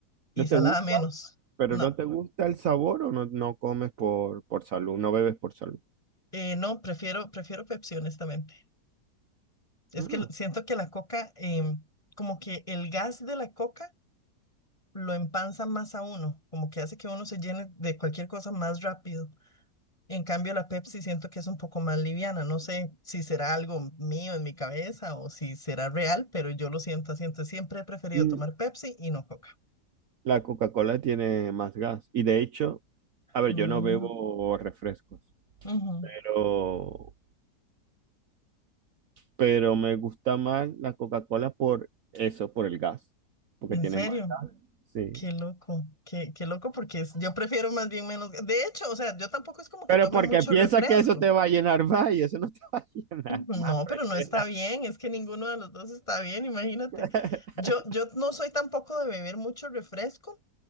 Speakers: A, on the left; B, on the right.
A: y
B: ¿No
A: salada
B: te gusta?
A: menos.
B: ¿Pero
A: No,
B: no te gusta el sabor o no, no comes por, por salud? ¿No bebes por salud?
A: eh, no, prefiero, prefiero Pepsi, honestamente. Es
B: Ah.
A: que siento que la Coca, em, como que el gas de la Coca lo empanza más a uno, como que hace que uno se llene de cualquier cosa más rápido. En cambio, la Pepsi siento que es un poco más liviana. No sé si será algo mío en mi cabeza o si será real, pero yo lo siento así. Entonces, siempre he preferido
B: Mm,
A: tomar Pepsi y no Coca.
B: La Coca-Cola tiene más gas. Y de hecho, a ver,
A: Mm,
B: yo no bebo refrescos,
A: ujú.
B: pero pero me gusta más la Coca-Cola por eso, por el gas, porque
A: ¿En
B: tiene
A: serio?
B: más gas. Sí.
A: Qué loco, qué, qué loco, porque es- yo prefiero más bien menos. De hecho, o sea, yo tampoco es como que
B: Pero
A: tome
B: porque
A: mucho
B: piensa
A: refresco.
B: que eso te va a llenar más y eso no te <laughs> va a llenar
A: No,
B: más, frechera.
A: pero no está bien, es que ninguno de los dos está bien, imagínate.
B: <laughs>
A: Yo, yo no soy tampoco de beber mucho refresco,